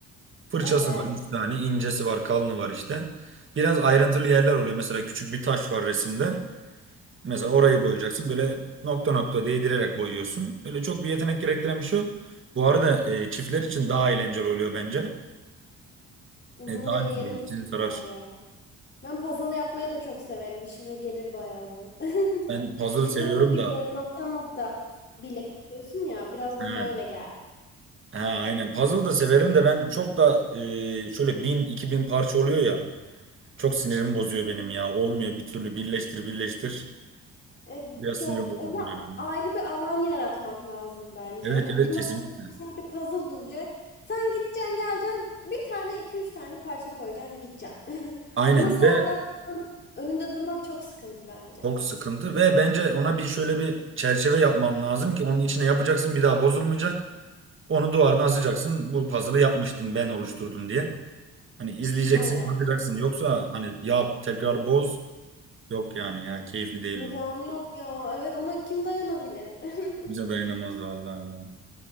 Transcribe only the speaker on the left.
evet.
Bunu
deneyelim
mutlaka
ya. Ben puzzle yapmayı da çok severim. İşime gelir bayağı bu. <laughs>
Ya
puzzle
gibi böyle nokta nokta birleştiriyorsun ya. Biraz
bana öyle geldi.
Evet,
ya
ona
ayrı bir alan yaratmak lazım bence.
Hani
bir masanın
üstünde sadece puzzle duracak. Sen gideceksin, geleceksin. Bir tane, iki, üç tane parça koyacaksın, gideceksin. <laughs>
Ama saatler
falan önünde durmak çok sıkıntı bence.
Aynen,
kesinlikle.
İmkanı
yok ya. Evet, ona kim dayanabilir? <laughs>